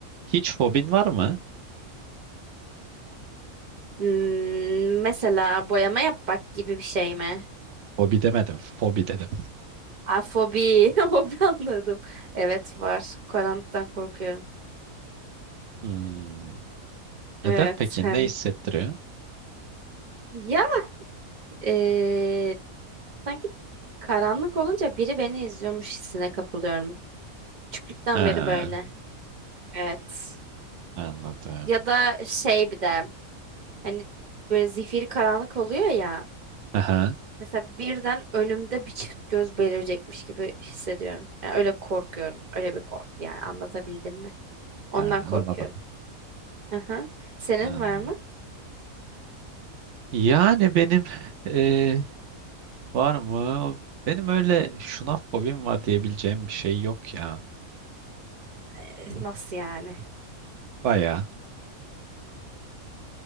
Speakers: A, on the right; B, on the right.
A: Hiç fobin var mı?
B: Hmm, mesela boyama yapmak gibi bir şey mi?
A: Fobi demedim, fobi dedim.
B: Afobi. <laughs> Hobi anladım. Evet var. Karanlıktan korkuyorum.
A: Hmm, Neden
B: Evet
A: peki?
B: hem
A: Ne hissettiriyor?
B: ya eee, sanki karanlık olunca biri beni izliyormuş hissine kapılıyorum. Küçüklükten
A: Ha,
B: beri böyle. Evet.
A: anladım.
B: Ya da şey bir de hani böyle zifiri karanlık oluyor ya.
A: Aha,
B: Mesela birden önümde bir çift göz belirecekmiş gibi hissediyorum. Yani öyle korkuyorum. Öyle bir korku yani anlatabildim mi? Ondan
A: ha,
B: korkuyorum.
A: anladım.
B: Aha. Senin
A: Hmm.
B: var mı?
A: Yani benim eee, var mı? Benim öyle şuna fobim var diyebileceğim bir şey yok ya.
B: E, Nasıl yani?
A: Baya